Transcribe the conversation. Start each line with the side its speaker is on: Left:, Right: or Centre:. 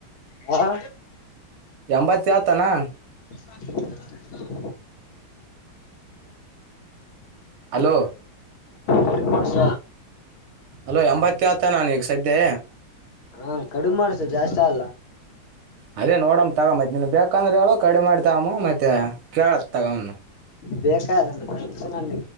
Left: ಹೌ
Right: ಎಂಬತ್ತ ಆತನಾ
Left: ಬಕಿ
Right: ಹಲೋ
Left: ಕಡಿಮೆ ಮಾಡ್ಸ
Right: ಹಲೋ ಎಂಬತ್ ಆಾವತ ನಾನೀಗ ಸದ್ಯೆ
Left: ಹಾ ಕಡುಮ ಮಾಡಸ ಜಾಸ್ತಿ ಅಲ್ಲ
Right: ಅದೇ ನೋಡಮ್ಮ ತಗ ಮತ್ತತ್ ನಿನ್ ಬೇಕಂದ್ರೆ ಹೇಳು ಕಡಿಮ ಮಾಡತಾವಮ್ಮ ಮತ್ತೆ ಕೇಳತ್ ತಗನು
Left: ಬೇಕಾಯಲ್ಲ